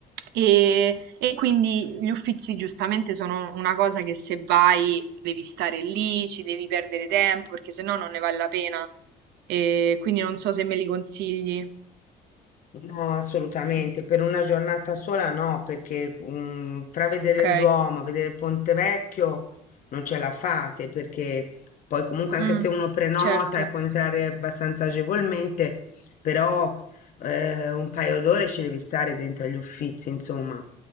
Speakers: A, on the right (about 80°); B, on the left (about 55°).
A: E, e quindi gli uffizi giustamente sono una cosa che se vai devi stare lì, ci devi perdere tempo, perché se no non ne vale la pena. E quindi non so se me li consigli.
B: No, assolutamente,
A: Mm,
B: per una giornata sola no, perché mm, tra vedere
A: Ok.
B: il Duomo, vedere Ponte Vecchio non ce la fate, perché poi comunque anche
A: Mm,
B: se uno prenota
A: certo.
B: e può entrare abbastanza agevolmente, però eh, un paio d'ore ci devi stare dentro agli Uffizi, insomma,